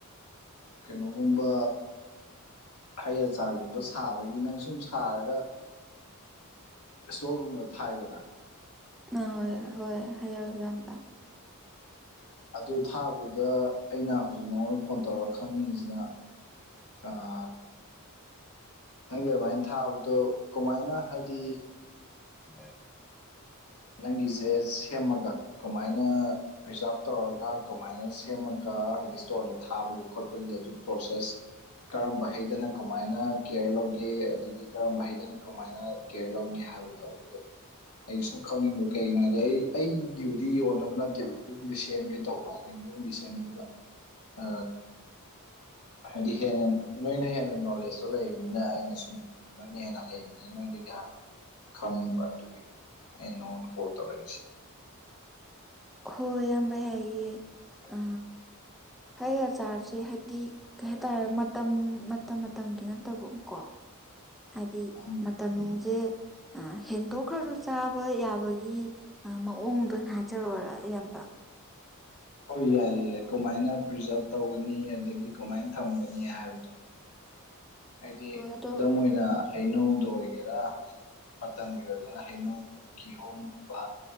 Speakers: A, on the left; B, in the centre.
A: ꯀꯩꯅꯣꯒꯨꯝꯕ ꯍꯩ ꯑꯆꯥꯔꯒꯨꯝꯕ ꯁꯥꯕꯒꯤ ꯅꯪ ꯁꯨꯝ ꯁꯥꯔꯒ ꯏꯁꯇꯣꯔꯒꯨꯝꯕꯗ ꯊꯥꯏꯗꯅ
B: ꯑꯣꯏ ꯍꯣꯏ ꯍꯥꯏꯌꯣ ꯏꯌꯥꯝꯕ
A: ꯑꯗꯨ ꯊꯥꯕꯗꯨꯗ ꯑꯩꯅ ꯍꯧꯖꯤꯛ ꯅꯉꯣꯟꯗ ꯐꯣꯟ ꯇꯧꯔꯒ ꯈꯪꯅꯤꯡꯉꯤꯁꯤꯅ ꯑ ꯅꯪꯒꯤ ꯑꯗꯨꯃꯥꯏꯅ ꯊꯥꯕꯗꯣ ꯀꯃꯥꯏꯅ ꯍꯥꯏꯗꯤ
B: <unintelligible>
A: ꯅꯪꯒꯤꯖꯦ ꯁꯦꯝꯃꯒ ꯀꯃꯥꯏꯅ ꯄ꯭ꯔꯤꯖꯥꯕ ꯇꯧꯔꯒ ꯀꯃꯥꯏꯅ ꯁꯦꯝꯃꯒ ꯍꯥꯏꯗꯤ ꯏꯁꯇꯣꯔꯗ ꯊꯥꯕꯒꯤ ꯈꯣꯠꯄꯒꯤ ꯑꯗꯨꯒꯤ ꯄ꯭ꯔꯣꯁꯦꯁ ꯀꯔꯝꯕ ꯍꯩꯗꯅ ꯀꯃꯥꯏꯅ ꯀꯦꯌꯔ ꯂꯧꯒꯦ ꯑꯗꯨꯒꯤ ꯀꯔꯝꯕ ꯍꯩꯗꯅ ꯀꯃꯥꯏꯅ ꯀꯦꯌꯔ ꯂꯧꯅꯤ ꯍꯥꯏꯕꯗꯣ ꯑꯗꯨꯗꯣ ꯑꯩ ꯁꯨꯝ ꯈꯪꯅꯤꯡꯕ ꯀꯩꯒꯤꯅꯣꯗꯤ ꯑꯩ ꯑꯩꯒꯤꯕꯨꯗꯤ ꯌꯣꯟꯅꯕ ꯅꯠꯇꯦꯕ ꯌꯨꯝꯒꯤ ꯁꯦꯝꯒꯦ ꯇꯧꯕ ꯑꯗꯨ꯫ ꯌꯨꯝꯒꯤ ꯁꯦꯝꯕꯗꯨꯗ ꯑ ꯍꯥꯏꯗꯤ ꯍꯦꯟꯅ ꯅꯣꯏꯅ ꯍꯦꯟꯅ ꯅꯣꯂꯦꯖꯇꯣ ꯂꯩꯕꯅꯤꯅ ꯑꯩꯅ ꯁꯨꯝ ꯅꯣꯏꯅ ꯍꯦꯟꯅ ꯍꯩꯕꯅꯤꯅ ꯅꯣꯏꯗꯒꯤ ꯍꯥꯟꯅ ꯈꯪꯅꯤꯡꯕ ꯑꯗꯨ꯫ ꯑꯗꯨꯒꯤ ꯑꯩꯅ ꯅꯡꯉꫭꯟꯗ ꯀꯣꯜ ꯇꯧꯔꯛꯏꯁꯦ꯫
B: ꯍꯣꯏ ꯏꯌꯥꯝꯕ ꯌꯥꯏꯌꯦ ꯑ ꯍꯩ ꯑꯆꯥꯥꯔꯁꯦ ꯍꯥꯏꯗꯤ ꯀꯩ ꯍꯥꯏꯇꯥꯔꯦ ꯃꯇꯝ ꯃꯇꯝ ꯃꯇꯝꯒꯤ ꯅꯠꯇꯕ ꯀꯣ꯫ ꯍꯥꯏꯗꯤ
A: ꯎꯝ
B: ꯃꯇꯝꯁꯦ ꯑ ꯍꯦꯟꯇꯣꯛꯈ꯭ꯔꯁꯨ ꯆꯥꯕ ꯌꯥꯕꯒꯤ ꯑ ꯃꯑꯣꯡꯗ ꯑꯣꯏꯅ ꯍꯥꯏꯖꯔꯛ ꯑꯣꯔ ꯏꯌꯥꯝꯕ꯫
A: ꯍꯣꯏ ꯌꯥꯏꯌꯦ ꯌꯥꯏ ꯀꯃꯥꯏꯅ ꯄ꯭ꯔꯤꯖꯥꯕ ꯇꯧꯒꯅꯤ ꯑꯗꯒꯤ ꯀꯃꯥꯏꯅ ꯊꯝꯒꯅꯤ ꯍꯥꯏꯕꯗꯣ꯫ ꯍꯥꯏꯗꯤ
B: ꯍꯣꯏ ꯑꯗꯣ
A: ꯈꯨꯗꯝ ꯑꯣꯏꯅ ꯍꯩꯅꯧꯗ ꯑꯣꯏꯒꯦꯔꯥ ꯃꯇꯝꯒꯤ ꯑꯣꯏꯔꯒꯅ ꯍꯩꯅꯧꯒꯨꯝꯕ ꯀꯤꯍꯣꯝꯒꯨꯝꯕ꯫